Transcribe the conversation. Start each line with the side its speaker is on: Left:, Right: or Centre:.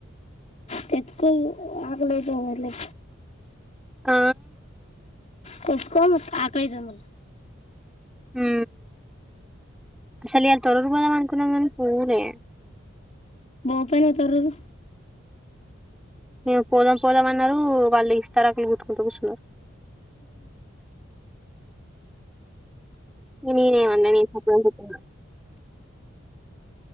Left: తెచ్చుకో ఆకలైతుంది మల్లి
Centre: ఆ
Left: పెట్టుకొము ఆకలైతుంది మల్లా
Centre: ఉ అసలు అ తొరురు పోదాం అనుకున్నాం కాని పోలే
Left: బో పొయిన తొర్రూరు
Centre: ఏ పోదాం పోదాం అన్నారు వాళ్ళు ఇస్తారాకులు గుట్టుకుంటూ కూర్చున్నారు ఇంగ నేనేమన్నా నిను చెప్పనని చెప్పిన